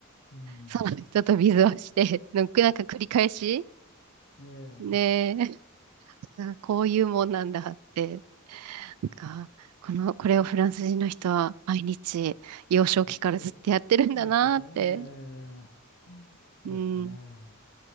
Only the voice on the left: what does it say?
うん。
ええ、
<laughs> えやってた。ええ、
ですね。